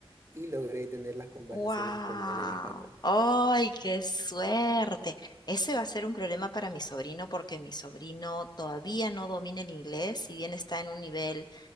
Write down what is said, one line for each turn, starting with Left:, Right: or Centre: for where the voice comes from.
Right: y logré tener las conversaciones
Left: Wow,
Right: con él en español.
Left: ¡ay, qué suerte! Ese va a ser un problema para mi sobrino porque mi sobrino todavía no domina el inglés, si bien está en un nivel